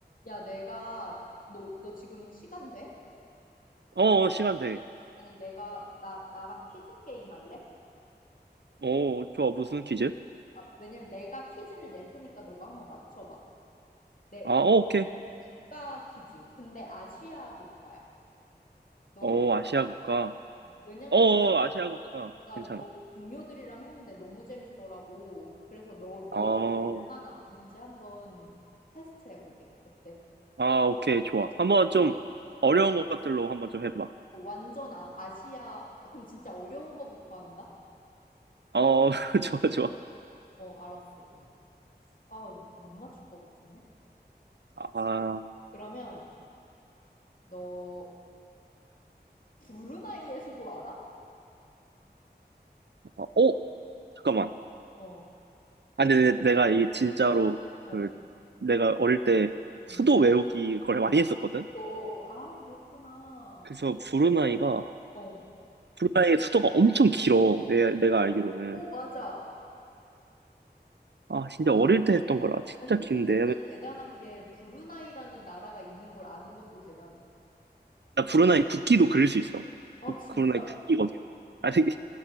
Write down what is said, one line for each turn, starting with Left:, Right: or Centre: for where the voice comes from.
Left: 야, 내가, 너, 너 지금 시간 돼?
Right: 어, 어, 시간 돼.
Left: 아니, 내가, 나, 나랑 퀴즈 게임 할래?
Right: 어, 좋아. 무슨 퀴즈?
Left: 아, 왜냐면 내가 퀴즈를 낼 테니까 너가 한번 맞춰봐. 내
Right: 아, 어, 오케이.
Left: 국가 퀴즈. 근데 아시아 국가야. 너
Right: 어,
Left: 할 수 있을
Right: 아시아
Left: 것
Right: 국가.
Left: 같아. 왜냐면
Right: 어, 어, 아시아 국가.
Left: 내가
Right: 괜찮아.
Left: 이거 동료들이랑 했는데 너무 재밌더라고. 그래서 너, 너
Right: 어,
Left: 얼마나 아는지 한번 테스트 해보게. 어때?
Right: 아, 오케이. 좋아. 한번 좀 어려운 것들로 한번 좀 해봐.
Left: 어, 완전 아, 아시아, 그럼 진짜 어려운 거부터 한다?
Right: 어, <laughs> 좋아, 좋아.
Left: 어, 알았어. 아, 못 맞출 것 같은데?
Right: 아,
Left: 그러면 너 브루나이의 수도 알아?
Right: 어, 오! 잠깐만.
Left: 어,
Right: 아니, 내, 내가 이게 진짜로
Left: 어,
Right: 그, 내가 어릴 때 수도
Left: 응.
Right: 외우기 걸 많이 했었거든?
Left: 어어어, 아, 그렇구나.
Right: 그래서 브루나이가,
Left: 어.
Right: 브루나이의 수도가 엄청 길어. 내, 내가 알기로는.
Left: 오, 맞아.
Right: 아, 진짜 어릴 때 했던 거라 진짜
Left: 아니, 근데
Right: 긴데.
Left: 진짜 대단한 게 브루나이라는 나라가 있는 걸 아는 것도 대단해.
Right: 나 브루나이 국기도 그릴 수 있어.
Left: 아,
Right: 부-
Left: 진짜?
Right: 브루나이 국기거든.
Left: 오,
Right: 아 되게